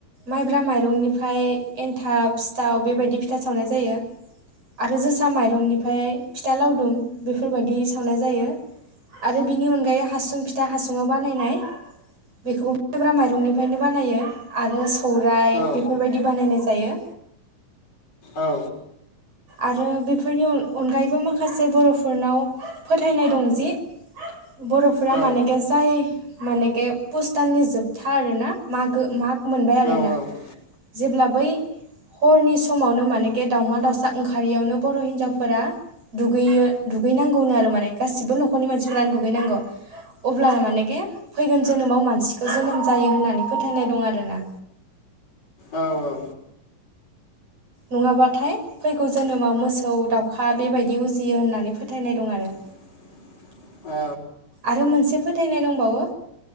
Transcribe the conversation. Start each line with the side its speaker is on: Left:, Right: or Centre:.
Right: माइब्रा माइरंनि फ्राय एन्थाब सिथाव बेबायदि फिथा सावनाय जायो आरो जोसा माइरंनिफ्राय फिथा लावदुम बेफोरबायदि सावनाय जायो आरो बिनि अनगायै हासुं फिथा हासुुंआव बानायनाय बेखौबो माइ ब्रा माइरंनिफ्रायनो बानायो आरो सौराइ
Left: औ
Right: बेफोरबायदि बानायनाय जायो
Left: औ
Right: आरो बेफोरनि अन अनगायैबो माखासे बर'फोरनाव फोथायनाय दं जि बर'फोरा
Left: औ
Right: मानेके
Left: औ
Right: जाय मानेके पस दाननि जोबथा आरोना मागो माग मोनबाय आरोना
Left: औ औ
Right: जेब्ला बै हरनि समावनो मानेके दाावमा दाउसा ओंखारियावनो बर' हिनजावफोरा दुगैयो दुगैनांगौनो आरो माने गासिबो नखर न'खरनि मानसिफोरानो दुगैनांगौ अब्ला मानेके फैगोन जोनाव मान सिखौ जोनोम जायो होननानै फोथायनाय दं आरोना
Left: औ औ
Right: नङाबाथाय फैगौ जोनोमाव मोसौ दाउखा बेबायदि उजियो होननानै फोथायनाय दं आरो
Left: <inaudible> अ
Right: आरो मोनसे फोथायनाय दंबावो